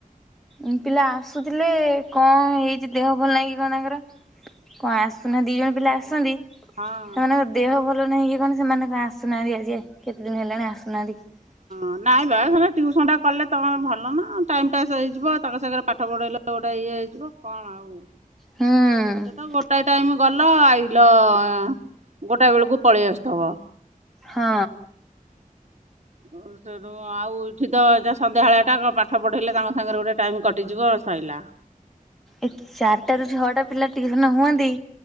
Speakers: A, in the centre; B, on the right.
A: ଉ ପିଲା ଆସୁଥିଲେ କଣ ହେଇଛି ଦେହ ଭଲ ନାଇ କନ ତାଙ୍କର। କଣ ଆସୁନା ଦି ଜଣ ପିଲା ଆସନ୍ତି।
B: ହଁ
A: ସେମାନଙ୍କ ଦେହ ଭଲ ନାହିଁ କି କଣ ସେମାନଙ୍କ ଆସୁନାହାନ୍ତି ଆଜି କେତେ ଦିନ ହେଲାଣି ଆସୁନାହାନ୍ତି। <inaudible>
B: ହଁ ନାଇଁ ବା ଟ୍ୟୁସନ ଟା କଲେ ତମର ଭଲ ନା ଟାଇମ ପାସ୍ ହେଇଯିବ ତାଙ୍କ ସାଙ୍ଗରେ ପାଠ ପଢ଼େଇଲେ ଗୋଟେ ଇଏ ହେଇଯିବ କଣ ଆଉ
A: ହୁଁ
B: ସେ ତ ଗୋ ଗୋଟାଏ ଟାଇମ ଗଲ ଆଇଲ ଏଁ ଗୋଟାଏ ବେଳକୁ ପଳେଇ ଆସୁଥିବ?
A: ହଁ।
B: ଓ ସେ ଉଁ ଆଉ ଏଠି ତ ଏଟା ସନ୍ଧ୍ୟାଆଳିଟା କ ପାଠ ପଢ଼େଇଲେ ତାଙ୍କ ସାଙ୍ଗରେ ଗୋଟେ ଟାଇମ୍ କଟିଯିବ ସଇଲା।
A: ଏ ଚାରିଟା ରୁ ଛଅଟା ପିଲା ଟିଉସନ ହୁଅନ୍ତି